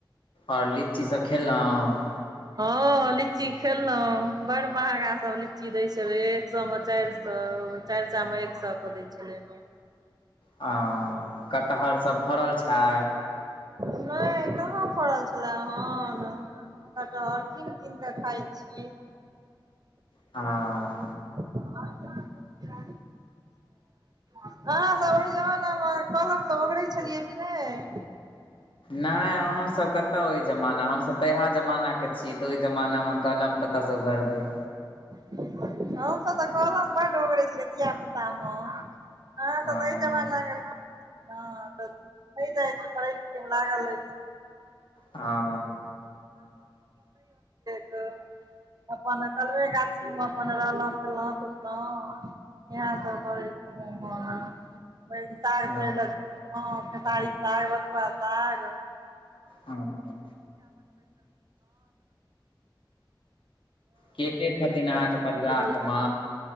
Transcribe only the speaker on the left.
ओर लीची सब खेलोऽ
<unintelligible> कटहर सब फड़ल छै
<inaudible> आ
नय हमसभ कतह ओय जमाना हमसभ तऽ इएहा जमाना के छि तऽ ओय जमानामे कलम कतऽसँ ओगरबै
हँ
हँ
हँ
हँ के के छथिन अहाँके परिवारमे